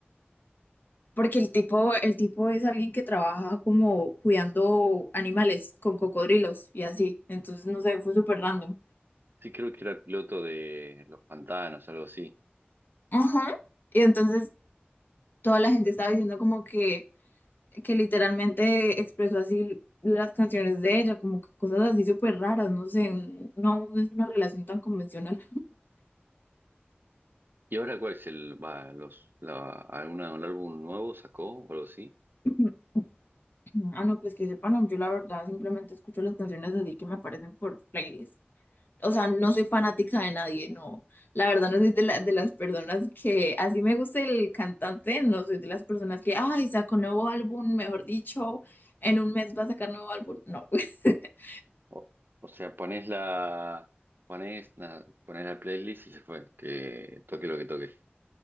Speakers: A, on the left; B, on the right.
A: porque el tipo, el tipo es alguien que trabaja como cuidando animales con cocodrilos y así, entonces no sé, fue súper random.
B: Sí, creo que era piloto de Los Pantanos, algo así.
A: Ajá. Y entonces toda la gente estaba diciendo como que que literalmente expresó así las canciones de ella, como que cosas así súper raras, no sé, no no es una relación tan convencional.
B: ¿Y ahora cuál es el, va, los, la, alguna, un álbum nuevo sacó o algo así?
A: <clears throat> Ah, no, pues que sepan, no, yo la verdad simplemente escucho las canciones así que me aparecen por playlist. O sea, no soy fanática de nadie, no. La verdad no soy de, la- de las personas que, así me gusta el cantante, no soy de las personas que, ay, sacó nuevo álbum, mejor dicho, en un mes va a sacar nuevo álbum. No, <laughs>
B: O, o sea, pones la, pones la- pones la playlist y se fue, que toque lo que toque.